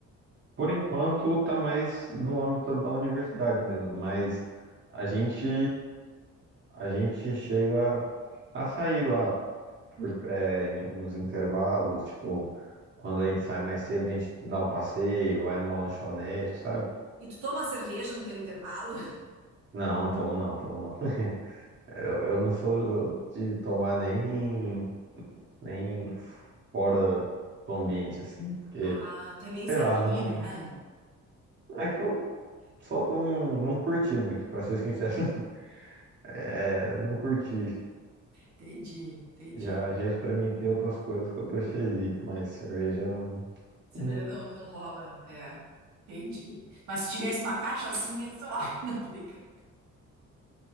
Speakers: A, on the right; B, on the right.
A: Por enquanto tá mais no âmbito da universidade mesmo, mas a gente, a gente chega a sair lá, por- é, em- nos intervalos, tipo, quando a gente sai mais cedo, a gente dá um passeio, vai numa lanchonete, sabe?
B: E tu toma cerveja no teu intervalo? <laughs>
A: Não, tomo não, tomo não. <laughs> Eu, eu não sou de tomar nem, nem fora do ambiente, assim, porque,
B: Ah, tu é bem certinho,
A: sei lá, não.
B: né?
A: É que eu só não, não curti muito, pra ser sincero. <laughs> É, não curti.
B: Entendi, entendi.
A: Já, já experimentei outras coisas que eu preferi, mas cerveja.
B: Cerveja
A: Hum,
B: não, não rola. É, entendi. Mas se tivesse uma caixa assim, eu sei lá, <laughs> não tô brincando.